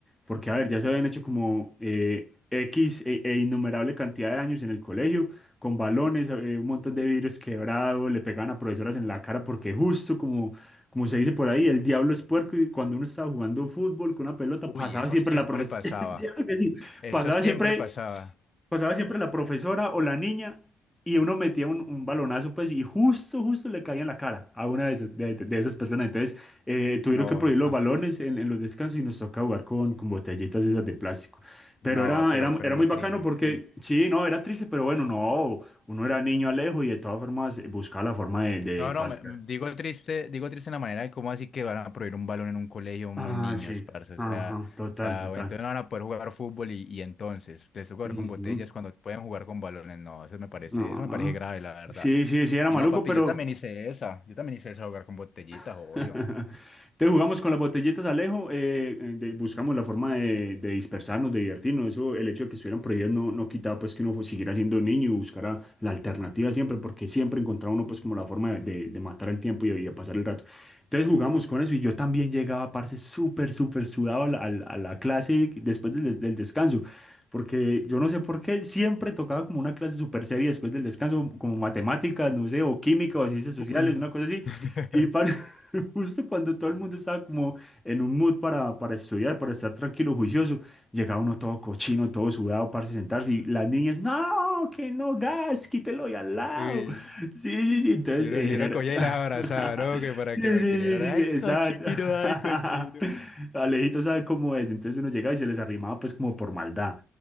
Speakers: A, in the centre; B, on the left.
A: Porque, a ver, ya se habían hecho como eh, X e, e innumerable cantidad de años en el colegio, con balones, eh, un montón de vidrios quebrados, le pegaban a profesoras en la cara, porque justo como, como se dice por ahí, el diablo es puerco y cuando uno estaba jugando fútbol con una pelota,
B: Uy,
A: pasaba
B: eso
A: siempre
B: siempre
A: la profesora,
B: pasaba.
A: <laughs>
B: Eso
A: pasaba
B: siempre
A: siempre
B: pasaba.
A: pasaba siempre la profesora o la niña y uno metía un, un balonazo, pues, y justo, justo le caía en la cara a una de esas, de, de esas personas. Entonces, eh, tuvieron
B: No,
A: que prohibir los
B: ah,
A: balones en, en los descansos y nos toca jugar con, con botellitas esas de plástico. Pero
B: no,
A: era,
B: pero,
A: era,
B: pero
A: era
B: muy
A: muy bacano
B: triste.
A: porque, sí, no, era triste, pero bueno, no, uno era niño Alejo y de todas formas buscaba la forma de, de
B: No,
A: pasar.
B: no, me- me- digo triste, digo triste en la manera de cómo así que van a prohibir un balón en un colegio a unos
A: Ah,
B: niños,
A: sí,
B: parce.
A: ajá,
B: O sea,
A: total,
B: o sea,
A: total.
B: o entonces no van a poder jugar fútbol y, y entonces les toca jugar
A: Ujú.
B: con botellas cuando pueden jugar con balones. No, eso me parece,
A: No,
B: eso me parece grave, la verdad.
A: sí, sí, sí, era
B: Y
A: maluco,
B: no, papi,
A: pero...
B: yo también hice esa. Yo también hice esa jugar con botellitas,
A: <laughs>
B: obvio.
A: Entonces jugamos con las botellitas, Alejo, eh, eh, de- buscamos la forma de, de dispersarnos, de divertirnos. Eso, el hecho de que estuvieran prohibidas no, no quitaba pues que uno fu- siguiera siendo niño y buscara la alternativa siempre, porque siempre encontraba uno pues como la forma de, de matar el tiempo y, y de pasar el rato. Entonces jugamos con eso y yo también llegaba, parce, súper, súper sudado a la, a la- a la clase después del, del descanso, porque yo no sé por qué siempre tocaba como una clase súper seria después del descanso, como matemáticas, no sé, o química o ciencias sociales,
B: Uy.
A: una cosa así.
B: <laughs>
A: Y para, <laughs> justo cuando todo el mundo estaba como en un mood para, para estudiar, para estar tranquilo, juicioso, llegaba uno todo cochino, todo sudado, parce, sentarse y las niñas, no no, que no, gas, quítelo y al lado.
B: Uy.
A: Sí, sí, sí, entonces
B: Yo
A: eh,
B: no, yo
A: genera...
B: no cogía y las
A: <laughs>
B: abrazaba, ¿no? Que para
A: Sí,
B: que, para
A: sí,
B: que le
A: sí,
B: dieran,
A: sí,
B: ay,
A: sí, exacto.
B: cochino, ay, cochino.
A: <laughs> Alejito sabe cómo es, entonces uno llega y se les arrimaba pues como por maldad.